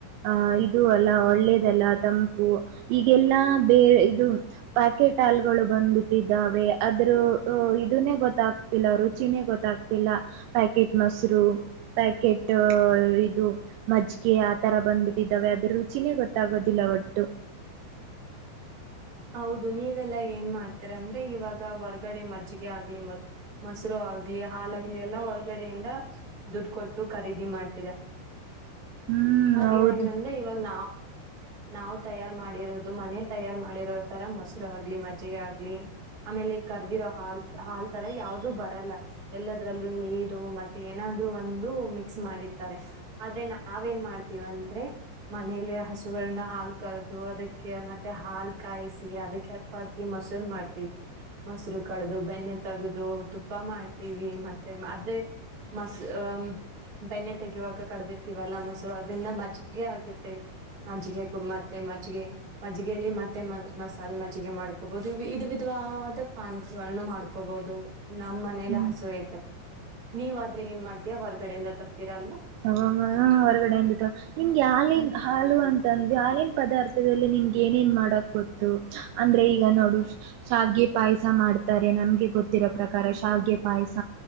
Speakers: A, on the right; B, on the right.
A: ಆ ಇದು ಅಲ್ಲ ಒಳ್ಳೇದಲ್ಲ ತಂಪು, ಈಗೆಲ್ಲ ಬೇರೆ ಇದು ಪ್ಯಾಕೆಟ್ ಹಾಲ್ಗಳು ಬಂದ್ಬಿಟ್ಟಿದ್ದಾವೆ ಅದ್ರ ಅ ಇದುನೇ ಗೊತ್ತಾಗ್ತಿಲ್ಲ ರುಚಿನೇ ಗೊತ್ತಾಗ್ತಿಲ್ಲ ಪ್ಯಾಕೆಟ್ ಮೊಸರು ಪ್ಯಾಕೆಟ್ ಅ ಇದು ಮಜ್ಗೆ ಆತರ ಬಂದ್ಬಿಟ್ಟಿದ್ದಾವೆ ಅದ್ರ ರುಚಿನೇ ಗೊತ್ತಾಗೋದಿಲ್ಲ ಒಟ್ಟು.
B: ಹೌದು ನೀವೆಲ್ಲಾ ಏನ್ ಮಾಡ್ತೀರ ಅಂದ್ರೆ ಇವಾಗ ಹೊರ್ಗಡೆ ಮಜ್ಗೆ ಆಗ್ಲಿ ಮ ಮೊಸರು ಆಗ್ಲಿ ಹಾಲಾಗ್ಲಿ ಎಲ್ಲಾ ಹೊರ್ಗಡೆಯಿಂದ ದುಡ್ ಕೊಟ್ಟು ಖರೀದಿ ಮಾಡ್ತೀರ
A: ಹ್ಮ್
B: ಅ
A: ಹೌದು
B: ಏನಾಗಿದೆ ಅಂದ್ರೆ ಇವಾಗ ನಾವ್ ನಾವ್ ತಯಾರ್ ಮಾಡಿರೋದು ಮನೇಲ್ ತಯಾರ್ ಮಾಡಿರೋ ತರ ಮೊಸ್ರು ಆಗ್ಲಿ ಮಜ್ಜಿಗೆ ಆಗ್ಲಿ ಆಮೇಲೆ ಕರ್ದಿರೋ ಹಾಲ್ ಹಾಲ್ ತರ ಯಾವ್ದೂ ಬರಲ್ಲ ಎಲ್ಲದ್ರಲ್ಲೂ ನೀರು ಮತ್ತೆ ಏನಾದ್ರೂ ಒಂದು ಮಿಕ್ಸ್ ಮಾಡಿರ್ತಾರೆ, ಆದ್ರೆ ನಾವೇನ್ ಮಾಡ್ತೀವ್ ಅಂದ್ರೆ ಮನೇಲೆ ಹಸುಗಳಂದ್ ಹಾಲ್ ಕರ್ದು ಅದಕ್ಕೆ ಮತ್ತೆ ಹಾಲ್ ಕಾಯಿಸಿ ಅದಕ್ ಹೆಪ್ ಹಾಕಿ ಮೊಸರ್ ಮಾಡ್ತೀವಿ ಮೊಸ್ರು ಕಡ್ದು ಬೆಣ್ಣೆ ತಗದು ತುಪ್ಪ ಮಾಡ್ತೀವಿ ಮತ್ತೆ ಅದೇ ಮಸ್ ಆ ಬೆಣ್ಣೆ ತೆಗೆಯುವಾಗ ಕಡ್ದ್ ಇರ್ತೀವಲ್ಲ ಮೊಸರು ಅದ್ರಿಂದ ಮಜ್ಗೆ ಆಗುತ್ತೆ ಮಜ್ಗೆ ಕೂ ಮತ್ತೆ ಮಜ್ಗೆ ಮಜ್ಗೆಲೀ ಮತ್ ಮತ್ತೆ ಮ ಮಸಾಲ್ ಮಜ್ಗೆ ಮಾಡ್ಕೋಬಹುದು ಇವಾಗ್ ಇದ್ ವಿಧವಾದ ಪಾನ್ಕಗಳ್ನೂ ಮಾಡ್ಕೋಬಹುದು. ನಮ್ ಮನೇಲ್
A: ಹ್ಮ್
B: ಹಸು ಐತ್ ನೀವಾದ್ರೆ ಏನ್ ಮಾಡ್ತ್ಯ? ಹೊರ್ಗಡೆಯಿಂದ ತರ್ತೀರ ಅಲ್ವಾ?
A: <unintelligible> ಹೊರ್ಗಡೆ ಇಂದ್ ತ ನಿಮ್ಗೆ ಯಾಲಿನ್ ಹಾಲು ಅಂತಂದ್ವಿ ಹಾಲಿನ್ ಪದಾರ್ಥದಲ್ಲಿ ನಿಮ್ಗೆ ಏನೇನ್ ಮಾಡಕ್ ಗೊತ್ತು? ಅಂದ್ರೆ ಈಗ ನೋಡು ಶಾವ್ಗೆ ಪಾಯ್ಸ ಮಾಡ್ತಾರೆ ನನ್ಗೆ ಗೊತ್ತಿರೋ ಪ್ರಕಾರ ಶಾವ್ಗೆ ಪಾಯ್ಸ